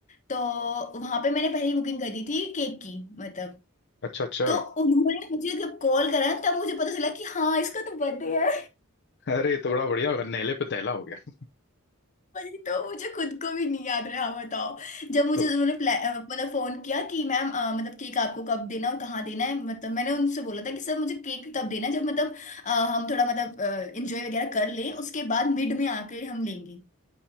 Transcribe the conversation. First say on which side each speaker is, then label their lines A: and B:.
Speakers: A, on the left; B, on the left.
A: तो वहां पे मैंने पहले ही बुकिंग करी थी केक की मतलब
B: अच्छा अच्छा
A: तो उन्होंने मुझे जब कॉल करा तब मुझे पता चला कि हाँ इसका तो बर्थडे है
B: अरे ये तो बड़ा बढ़िया होगा नेले पे दहला हो गया
A: वही तो मुझे खुद को भी नहीं याद रहा बताओ जब मुझे
B: तो
A: उन्होंने प्ला- अ, मतलब फोन किया कि मैम अ, मतलब केक आपको कब देना और कहाँ देना है मतलब मैंने उनसे बोला था कि सर मुझे केक तब देना है जब मतलब अ, हम थोड़ा मतलब इंजॉय वगैरह कर लें उसके बाद मिड में आके हम लेंगे